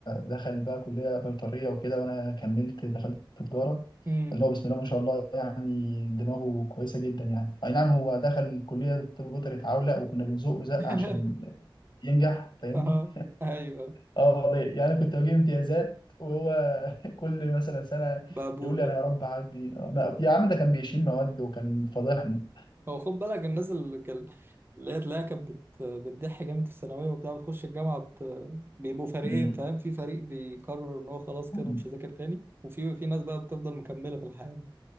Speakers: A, on the left (about 50°); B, on the right (about 25°).
A: دخل بقى كلية بيطرية وكده وأنا كملت دخلت في تجارة
B: امم
A: اللي هو بسم الله ما شاء الله يعني دماغه كويسة جدا يعني أي نعم هو دخل كلية طب بيطري اتعولق وكنا بنزقه زق
B: <laughs>
A: عشان ينجح فاهمني
B: آه أيوه
A: اه والله يعني أنا كنت بجيب امتيازات وهو كل مثلا سنة
B: مقبول
A: يقول لي أنا يا رب أعدي آه، ما- يا عم ده كان بيشيل مواد وكان فضحني
B: هو خد بالك الناس اللي كان اللي هي تلاقيها كانت بت- بتضح جامد في الثانويه وبتاع بتخش الجامعه بت... بيبقوا فريقين
A: <laughs>
B: فاهم في فريق بيقرر ان هو خلاص
A: مم.
B: كده أنا مش هذاكر تاني وفي في ناس بقى بتفضل مكمله في الحياه دي